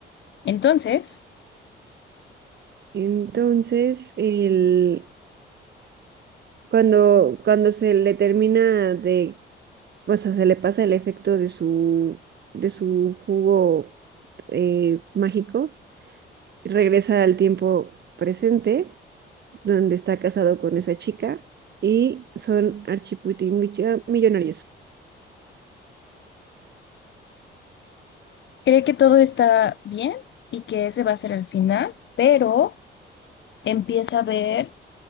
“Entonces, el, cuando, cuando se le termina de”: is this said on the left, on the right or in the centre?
Right